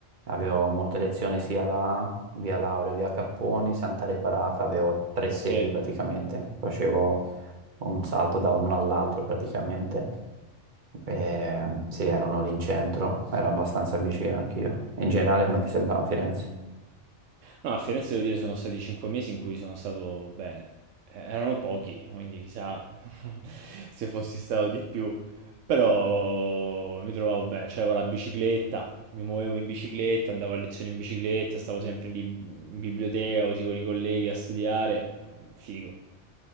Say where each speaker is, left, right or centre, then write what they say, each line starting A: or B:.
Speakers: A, on the right; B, on the right.
A: Avevo molte lezioni sia la via Laura, via Capponi, Santa Reparata, avevo tre sedi
B: Sì.
A: praticamente, facevo un salto da uno all'altro praticamente. E, sì, erano lì in centro, ero abbastanza vicino anch'io. In generale, come ti sembrava Firenze?
B: No, a Firenze devo dire sono stati 5 mesi in cui sono stato bene. Eh, erano pochi, quindi chissà <laughs> se fossi stato di più, però mi trovavo bene, cioè avevo la bicicletta, mi muovevo in bicicletta, andavo a lezione in bicicletta, stavo sempre in, lib- in biblioteca così con i colleghi a studiare, figo.